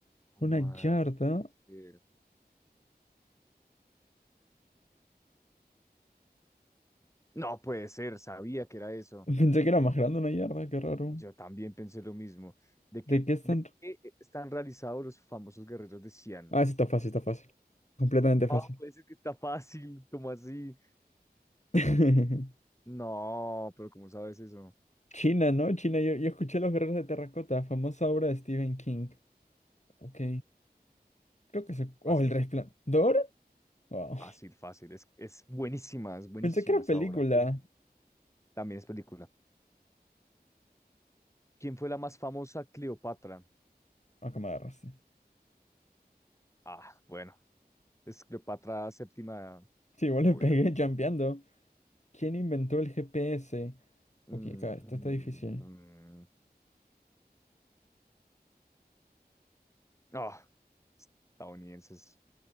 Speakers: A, on the left; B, on the left.
A: No,
B: Una
A: man,
B: yarda.
A: no puede ser. No puede ser, sabía que era eso.
B: <laughs> Pensé que era más grande una yarda, qué raro.
A: Yo también pensé lo mismo. ¿De
B: ¿De
A: qué,
B: qué están?
A: de qué están realizados los famosos guerreros de Xi'an?
B: Ah, sí
A: <laughs>
B: está fácil, está fácil. Completamente
A: No,
B: fácil.
A: puede ser que está fácil, como así?
B: <laughs>
A: No, pero ¿cómo sabes eso?
B: China, ¿no? China, yo, yo escuché Los Guerreros de Terracota, famosa obra de Stephen King. Ok. Creo que se. Oh,
A: Fácil,
B: El Resplandor. Wow.
A: fácil, fácil. Es, es buenísima, es buenísima
B: Pensé que era
A: esa
B: película.
A: obra. También es película. ¿Quién fue la más famosa Cleopatra?
B: Acá me agarraste.
A: Ah, bueno, es Cleopatra séptima,
B: Sí, igual le
A: obvio.
B: pegué <laughs> champeando. ¿Quién inventó el GPS?
A: Mm,
B: Ok, acá, esto
A: mm,
B: está difícil.
A: ah, estadounidenses.